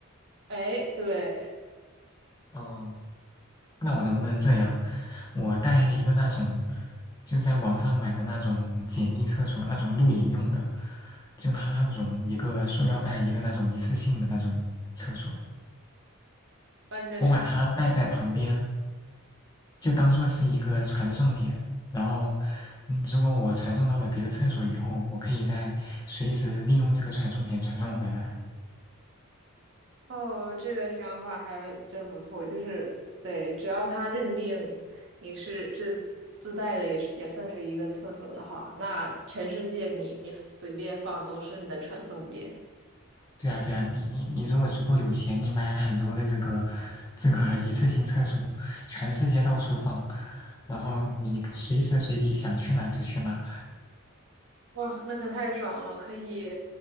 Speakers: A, on the right; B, on the left.
A: 哎，对，
B: 哦，那我能不能这样？我带一个那种，就在网上买的那种简易厕所，那种露营用的，就拿它那种一个塑料袋，一个那种一次性的那种厕所，
A: 把你的车
B: 我把它带在旁边，就当做是一个传送点。然后，嗯如果我传送到了别的厕所以后，我可以再随时利用这个传送点传送回来。
A: 哦，这个想法还真不错，就是对，只要他认定你是这自带的，也是也算是一个厕所的话，那全世界你你随便放都是你的传送点。
B: 对啊，对啊，你你你如果足够有钱，你买很多的这个这个一次性厕所，全世界到处放，然后你随时随地想去哪就去哪。
A: 哇，那可太爽了，可以，